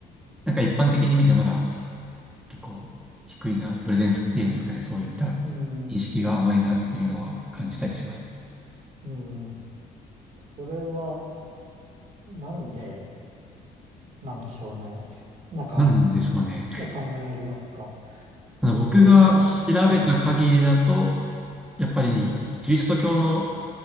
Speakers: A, in the centre; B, on the right (about 45°).
A: なんか一般的に見てまだ結構低いな、プレゼンスっていうんですかね、そういった
B: うん、
A: 認識が甘いなっていうのは感じたりします。
B: うん、それはなんで、なんでしょうね。なんか、
A: なんでしょうね。
B: お考えありますか
A: あの僕が調べた限りだと、
B: というか、まあ、はい。
A: やっぱりキリスト教の、
B: うん。